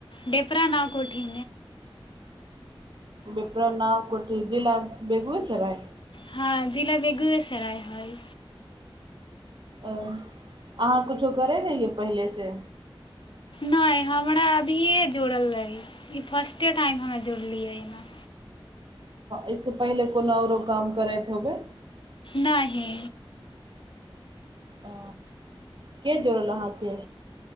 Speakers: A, on the left (about 60°); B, on the right (about 60°).
A: दडपरा न कोठी
B: बिप्र न कोठी जिलिला भगूै सरय
A: हँ जिला बेगुएसराय हय
B: ओ अहाँ किछो करैत रहियै पहिलेसँ
A: नहि हमरा अभिये जुड़ल रहै ई फर्स्टे टाइम हमे जुड़लियै एहिमे।
B: एहिसँ पहिले कोनो आओरो काम करैत होबै।
A: नहि।
B: आ। के जोड़ अहाँके।